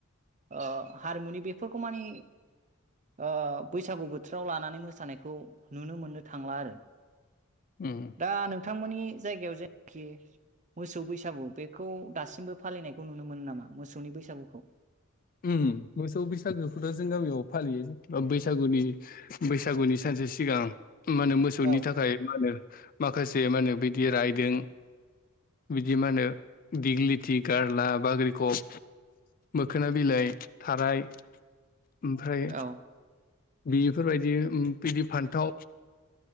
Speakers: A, on the right (about 35°); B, on the left (about 40°).
A: अओ हारमुनि बेफोरखौ मानि अओ बैसागु बोथोराव लानानै मोसानायखौ नुनो मोननो थांला आरो
B: उम
A: दा नोंथांमोननि बे जायगायाव जायनाखि मोसौ बैसागु बेफ बेखौ दासिमबो फालिनायखौ नुनो मोनो नामा मोसौनि बैसागुखौ
B: ओम मोसौ बैसागोखौथ' जों गामियाव फालियो बैसागुनि बैसागुनि सानसे सिगां मा होनो मोसौनि
A: औ
B: थाखाय मा होनो माखासे मा होनो बिदि राज्यों बिदि मा होनो दिगिलिथि गारला बाग्रिकफ मोख ना बिलाइ थाराय ओमफ्राय
A: औ
B: बेफोरबायदि बिदि फान्थाव